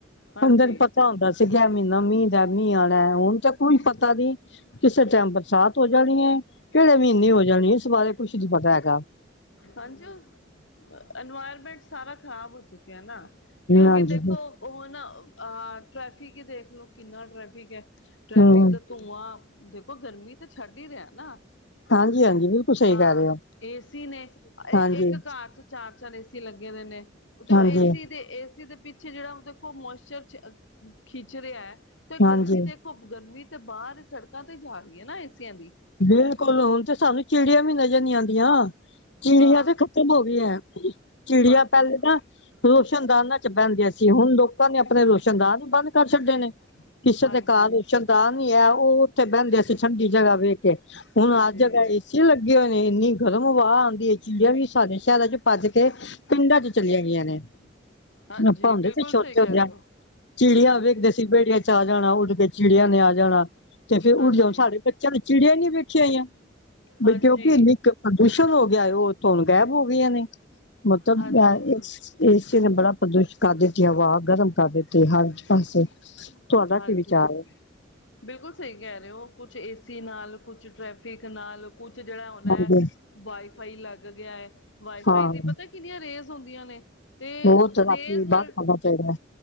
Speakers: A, on the left; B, on the left.
A: ਹਾਂਜੀ
B: ਬੰਦੇ ਨੂੰ ਪਤਾ ਓਂਦਾ ਸੀ ਕਿ ਐ ਮੀਨਾ ਮੀਂ ਦੈ ਮੀਂ ਆਣੈ ਓਨ ਤਾ ਕੋਈ ਪਤਾ ਨੀ ਕਿਸੇ ਟੈਮ ਬਰਸਾਤ ਓ ਜਾਣੀ ਏ, ਕੇੜੇ ਮ੍ਹੀਨੇ ਹੋ ਜਾਣੀ ਏ ਇਸ ਬਾਰੇ ਕੁਛ ਨੀ ਪਤਾ ਐਗਾ।
A: ਹਾਂਜੀ ਓ, ਅਨਵਾਯਰਮੈਂਟ ਸਾਰਾ ਖ਼ਰਾਬ ਹੋ ਚੁੱਕੇਐ ਨਾ। ਕਯੋਕਿ
B: ਹਾਂਜੀ
A: ਦੇਖੋ ਓਹ ਨਾ ਆ ਟ੍ਰੈਫਿਕ ਹੀ ਦੇਖਲੋ ਕਿੰਨਾ ਟ੍ਰੈਫਿਕ ਐ। ਟ੍ਰੈਫਿਕ
B: ਹੂੰ
A: ਦਾ ਤੂਆਂ ਦੇਖੋ ਗਰਮੀ ਤੇ ਛੱਡ ਈ ਰੇਐ ਨਾ।
B: ਹਾਂਜੀ-ਹਾਂਜੀ ਬਿਲਕੁਲ ਸਹੀ
A: ਹਾਂ,
B: ਕਹਿ ਰਹੇ ਹੋ।
A: ਏਸੀ ਨੇ ਏਕ
B: ਹਾਂਜੀ-ਹਾਂਜੀ,
A: ਘਾੱਰ ਚ ਚਾਰ-ਚਾਰ ਏਸੀ ਲੱਗੇ ਨੇ ਨੇ ਤੋ
B: ਹਾਂਜੀ।
A: ਏਸੀ ਦੇ, ਏਸੀ ਦੇ ਪਿ ਪਿੱਛੇ ਜੜਾ ਦੇਖੋ ਮੋਏਸ਼ਚਰ ਖਿੱਚ ਰੇਐ, ਤੇ
B: ਹਾਂਜੀ
A: ਗਰਮੀ ਦੇ ਤੁੱਪ ਗਰਮੀ ਤੇ ਬਾਰ ਸੜਕਾਂ ਤੇ ਈ ਜਾ ਰੀ ਏ ਨਾ ਏਸੀਆਂ ਦੀ।
B: ਬਿਲਕੁਲ ਹੋਨ ਤੇ ਸਾਨੂੰ ਚਿੜੀਆਂ ਵੀ ਨਜਰ ਨੀ ਆਂਦੀਆਂ, ਚਿੜੀਆਂ
A: ਹਾਂ
B: ਤੇ ਖ ਤਮ ਓ ਗੀਐ, ਚਿੜੀਆਂ
A: ਹਾਂਜੀ
B: ਪੈਲੇ ਨਾ ਰੋਸ਼ਨਦਾਨਾਂ ਚ ਬੈਂਦਿਆਂ ਸੀ ਹੋਨ ਲੋਕਾਂ ਨੇ ਅਪਨੇ ਰੋਸ਼ਨਦਾਨ ਈ ਬੰਦ ਕਰ ਛਡੇ ਨੇ ਕਿਸੇ
A: ਹਾਂਜੀ
B: ਦੇ ਘਾਰ ਰੋਸ਼ਨਦਾਨ ਨੀ ਹੈ ਉਹ ਉੱਥੇ ਬਹਿੰਦੇ ਸੀ ਠੰਡੀ ਜਗ੍ਹਾ ਵੇਖ। ਹੁਣ
A: ਹਾਂਜੀ
B: ਹਰ ਜਗਾਂ ਏਸੀ ਲੱਗੇ ਹੋਏ ਨੇ ਇੰਨੀ ਗਰਮ ਹਵਾ ਆਂਦੀ ਏ ਚਿੜਿਆਂ ਵੀ ਸਾਡੇ ਸ਼ਹਿਰਾਂ ਚ। ਭੱਜ ਕੇ ਪਿੰਡਾਂ ਚ ਚਲੀਆਂ ਗਈਆਂ ਨੇ
A: ਹਾਂਜੀ
B: ਅੱਪਾਂ ਹੁੰਦੇ
A: ਬਿਲਕੁਲ
B: ਤਸੀ ਛੋਟੇ
A: ਸਹੀ ਕਹਿ
B: ਹੁੰਦਿਆਂ।
A: ਰਹੇ ਹੋ
B: ਚਿੜੀਆਂ
A: ਹਮ
B: ਵੇਖਦੇ ਸੀਂ, ਵੇੜੇਆਂ ਚ ਆ ਜਾਣਾ ਉੱਡ ਕੇ ਚਿੜੀਆਂ ਨੇ ਆ ਜਾਣਾ। ਤੇ ਫੇਰ ਉੱਡ
A: ਹਾਂਜੀ
B: ਜਾਓ ਸਾਡੇ ਬੱਚਿਆਂ ਨੇ ਚਿੜੀਆਂ ਨੀ ਵੇਖੀਆਂ ਹੋਇਆ
A: ਹਾਂਜੀ
B: ਬਈੱ ਕਿੳਕਿਂ। ਇੱਕ ਪ੍ਰਦੂਸ਼ਣ ਹੋ ਗਿਆ ਉਹ ੳਥੋ ਹੁਣ ਗਾਇਬ ਹੋ ਗਈਆਂ ਨੇ ਮਤਲਬ
A: ਹਾਂਜੀ
B: ਇਹ।
A: ਹਾਂਜੀ
B: ਏ ਸੀ ਨੇ ਬੜਾ ਪ੍ਰਦੂਸ਼ਿਤ ਕਰ ਦਿੱਤੀ ਹਵਾ ਗਰਮ ਕਰ ਦਿੱਤੀ ਏ ਹਰ। ਪਾਸੇ, ਤੁਹਾਡਾ
A: ਹਾਂਜੀ
B: ਕੀ ਵਿਚਾਰ ਏ?
A: ਬਿਲਕੁਲ ਸਹੀ ਕਹਿ ਰਹੇ ਹੋ ਕੁਛ ਏਸੀ ਨਾਲ ਕੁਛ ਟ੍ਰੈਫਿਕ ਨਾਲ। ਕੁਛ ਜਿਹੜਾ ਹੁਣ ਇਹ
B: ਹਾਂਜੀ
A: ਵਾਈਫਾਈ ਲੱਗ ਗਿਐ ਵਾਈਫਾਈ
B: ਹਾਂ
A: ਦੀ ਪਤਾ ਕਿੰਨੀਆਂ ਰੇਜ਼। ਹੁੰਦੀਆਂ ਨੇ, ਤੇ
B: ਬਹੁਤ ਰਾਤੀ
A: ਰੇਜ਼ ਨਾਲ।
B: ਬਾਹਰ ਖਾਣਾ ਚਾਹੀਦਾ